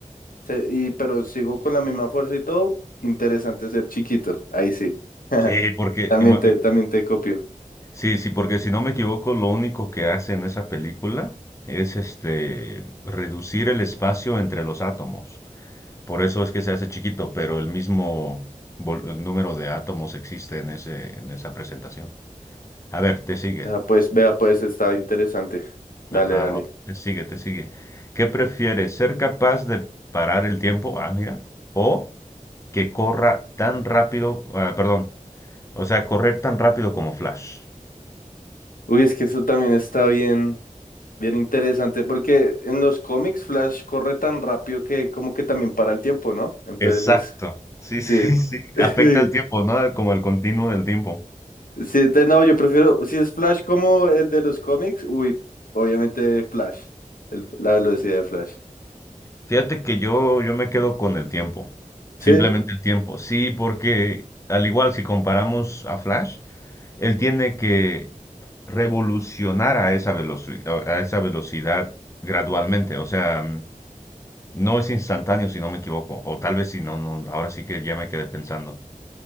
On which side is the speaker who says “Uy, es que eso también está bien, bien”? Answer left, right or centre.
Left